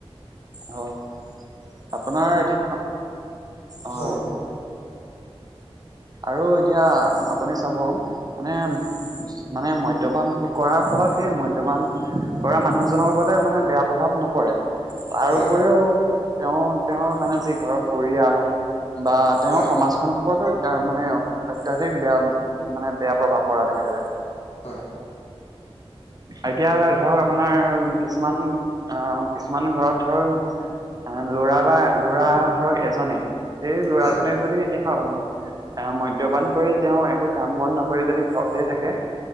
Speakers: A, on the right; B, on the left.
A: অ', আপোনাৰ এতিয়া অ'
B: হয়
A: আৰু এতিয়া আপুনি চাব মানে মানে মদ্যপান কৰাৰ ফলত সেই মদ্যপান কৰা মানুহজনৰ ওপৰতে মানে বেয়া প্ৰভাৱ নপৰে। তাৰ
B: হয়
A: উপৰিও তেওঁ তেওঁৰ মানে যি ঘৰৰ পৰিয়াল বা তেওঁৰ
B: হয়,
A: সমাজখন। <unintelligible> অত্যাধিক বেয়া মানে বেয়া প্ৰভাৱ পৰা দেখা যায়।
B: হয়।
A: এতিয়া ধৰক আপোনাৰ কিছুমান অ', কিছুমান। ঘৰত ধৰক ল'ৰা বা লৰা ধৰক এজনে সেই ল'ৰাজনে
B: হয়,
A: যদি মদ্যপান কৰি তেওঁ একো কাম বন নকৰি যদি ঘৰতে থাকে।